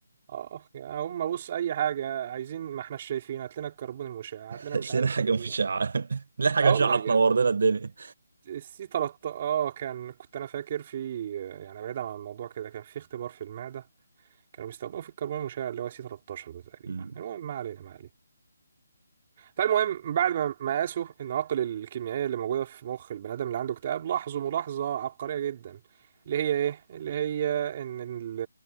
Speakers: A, on the right; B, on the right.
A: اه يعني هم بص اي حاجه عايزين ما احنا شايفين هات لنا الكربون المشع هات لنا
B: هات
A: مش عارف
B: لنا حاجة
A: ال...
B: مشعة <laughs> لا حاجة
A: اه
B: مشعة
A: والله بجد
B: تنور لنا الدنيا
A: السي 13 اه كان كنت انا فاكر في يعني بعيدا عن الموضوع كده كان في اختبار في المعده كانوا بيستخدموا في الكربون المشع اللي هو سي 13 ده تقريبا
B: مم.
A: المهم ما علينا ما علينا فالمهم بعد ما ما قاسوا النواقل الكيميائية اللي موجودة في مخ البني آدم اللي عنده اكتئاب لاحظوا ملاحظة عبقرية جدا اللي هي ايه؟ اللي هي ان ال-